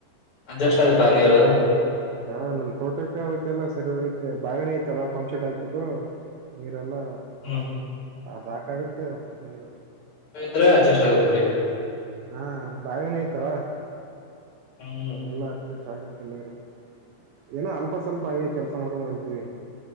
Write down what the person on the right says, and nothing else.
ಹಾ ನಮ್ ತೋಟಕ್ಕೆ ಆಯತಲ್ಲಾ ಸರಿ ಹೋಗುತ್ತೆ ಬಾವಿನ ಐತಲ್ಲ ಪಂಚರ್ಡ್ ಆಗ್ಬಿಟ್ಟು ಲ್ಲ
ಸಾಕಾಗುತ್ತೆ ನೀರು
ಹಾ ಬಾವನಯ್ತವಾ
ಅಲ್ಲ ಅರ್ಜ ತ್ತ ನೀರು ಏನ ಅಲ್ಪ ಸ್ವಲ್ಪ ಹಿ ಕೆಲ್ಸ ಮಾಡ್ಕೊಂಡ್ ಹೊಿದೀವಿ